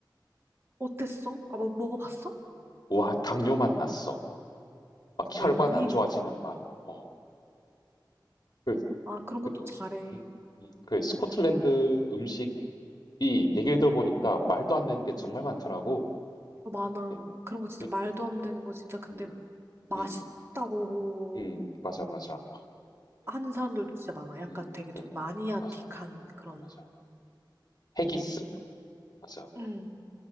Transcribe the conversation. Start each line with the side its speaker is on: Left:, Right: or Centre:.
Right: 어땠어? 아, 뭐 먹어봤어?
Left: 와, 당뇨 맛 났어. 막 혈관
Right: 웬일이?
Left: 안 좋아지는 맛. 어. 그,
Right: 아, 그런 것도
Left: 그,
Right: 잘해.
Left: 음, 음. 그 스코틀랜드 음식이 얘기를 들어보니까 말도 안 되는 게 정말 많더라고.
Right: 어, 많아.
Left: 예.
Right: 그런 거 진짜
Left: 음,
Right: 말도 안 되는 거 진짜 근데
Left: 음,
Right: 맛있다고
Left: 음, 음, 맞아, 맞아.
Right: 하는 사람들도 진짜 많아. 약간
Left: 음,
Right: 되게 좀
Left: 음,
Right: 마니아틱한
Left: 맞아,
Right: 그런.
Left: 맞아. 헤기스? 맞아.
Right: 응,